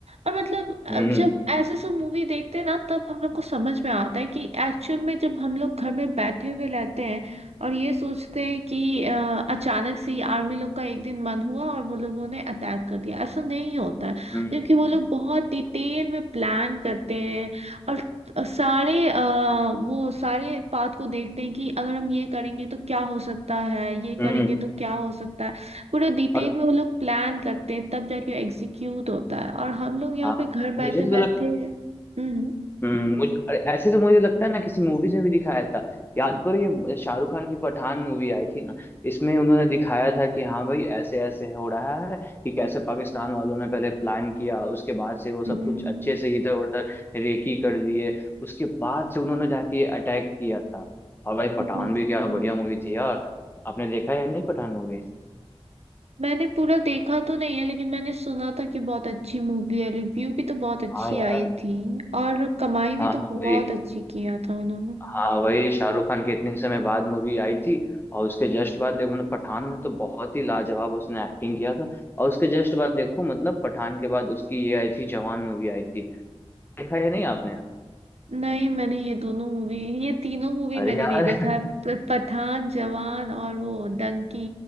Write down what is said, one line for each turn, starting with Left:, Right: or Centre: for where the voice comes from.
Right: और मतलब अ,
Left: हम्म
Right: जब ऐसे सब मूवी देखते हैं ना तब हम लोग को समझ में आता है कि एक्चुअल में जब हम लोग घर में बैठे हुए रहते हैं और ये सोचते हैं कि अ, अचानक से ही आर्मी लोग का एक दिन मन हुआ और वो लोगों ने अटैक कर दिया ऐसा नहीं होता है
Left: हम्म हम्म
Right: जबकि
Left: हम्म।
Right: वो लोग बहुत डिटेल में प्लान करते हैं और सारे अ, वो सारे पाथ को देखते हैं कि अगर हम ये करेंगे तो क्या हो सकता है ये करेंगे
Left: हम्म, हम्म।
Right: तो क्या हो सकता है पूरे डिटेल
Left: और
Right: में वो लोग प्लान करते हैं तब जाके एग्जीक्यूट होता है और हम लोग यहाँ
Left: हाँ
Right: पे घर बैठे
Left: मुझे तो
Right: बैठे
Left: लग
Right: हम्म
Left: हम्म, मुझे अरे ऐसे तो मुझे लगता है ना किसी मूवीज में भी दिखाया था याद करो ये शाहरुख खान की पठान मूवी आई थी ना इसमें उन्होंने दिखाया था कि हाँ भाई ऐसे ऐसे हो रहा है कि कैसे पाकिस्तान वालों ने पहले प्लान किया उसके बाद से वो सब
Right: हम्म,
Left: कुछ अच्छे से इधर उधर रेकी कर लिए उसके बाद से उन्होंने जाके ये अटैक किया था और भाई पठान
Right: बिल्कुल
Left: भी क्या बढ़िया मूवी थी यार आपने देखा है या नहीं पठान मूवी
Right: मैंने पूरा देखा तो नहीं है लेकिन मैंने सुना था कि बहुत अच्छी मूवी है रिव्यू भी तो बहुत अच्छी
Left: हाँ यार
Right: आई थी और कमाई भी
Left: हाँ हाँ,
Right: तो बहुत
Left: वही
Right: अच्छी किया था उन्होंने
Left: हाँ वही शाहरुख खान की इतने समय बाद मूवी आई थी और उसके जस्ट बाद देखो मतलब पठान में तो बहुत ही लाजवाब उसने एक्टिंग किया था और उसके जस्ट बाद देखो मतलब पठान के बाद उसकी ये आई थी जवान मूवी आई थी देखा या नहीं आपने
Right: नहीं मैंने ये दोनों मूवी ये तीनों मूवी
Left: अरे
Right: मैंने
Left: यार
Right: नहीं देखा
Left: <laughs>
Right: है प- पठान जवान और वो डंकी